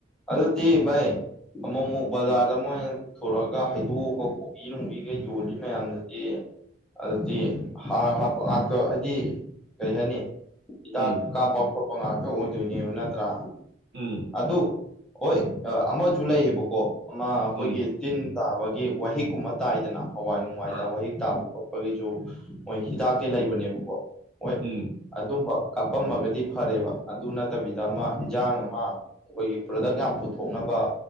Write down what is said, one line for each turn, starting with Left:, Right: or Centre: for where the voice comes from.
Centre: ꯑꯗꯨꯗꯤ ꯚꯥꯏ ꯑꯃꯨꯛ ꯑꯃꯨꯛ ꯕꯖꯥꯔꯗ
Right: ꯎꯝ
Centre: ꯃꯣꯏ ꯄꯨꯔꯛꯑꯒ ꯍꯩꯗꯣꯛꯑꯒ ꯀꯣꯕꯤ ꯅꯨꯡꯕꯤꯒ ꯌꯣꯜꯂꯤ ꯃꯌꯥꯝꯗꯨꯗꯤ ꯑꯗꯨꯗꯤ ꯍꯥꯔ ꯍꯥꯞꯄ ꯉꯥꯛꯇ ꯍꯥꯏꯗꯤ ꯀꯩ ꯍꯥꯏꯅꯤ ꯍꯤꯗꯥꯛ
Right: ꯎꯝ
Centre: ꯀꯥꯞꯄ ꯈꯣꯠꯄ ꯉꯥꯛꯇ ꯑꯣꯏꯗꯣꯏꯅꯦꯕ ꯅꯠꯇ꯭ꯔꯥ
Right: ꯎꯝ
Centre: ꯑꯗꯨ ꯍꯣꯏ ꯑꯃꯁꯨ ꯂꯩꯌꯦꯕꯀꯣ ꯑꯃ ꯑꯩꯈꯣꯏꯒꯤ
Right: ꯎꯝ
Centre: ꯇꯤꯟ ꯇꯥꯕꯒꯤ ꯋꯥꯍꯤꯛꯀꯨꯝꯕ ꯇꯥꯏꯗꯅ ꯍꯋꯥꯏ ꯅꯨꯡꯋꯥꯏꯗ
Right: ꯑꯥ
Centre: ꯋꯥꯍꯤꯛ ꯇꯥꯕ ꯈꯣꯠꯄꯒꯤꯁꯨ ꯃꯣꯏ ꯍꯤꯗꯥꯛꯇꯤ ꯂꯩꯕꯅꯦꯕꯀꯣ ꯍꯣꯏ
Right: ꯎꯝ
Centre: ꯑꯗꯨꯝꯕ ꯀꯥꯞꯄꯝꯃꯒꯗꯤ ꯐꯔꯦꯕ ꯑꯗꯨ ꯅꯠꯇꯕꯤ ꯗ ꯑꯃ ꯏꯟꯖꯥꯡ ꯑꯃ ꯑꯩꯈꯣꯏꯒꯤ ꯄ꯭ꯔꯗꯛ ꯌꯥꯝ ꯄꯨꯊꯣꯛꯅꯕ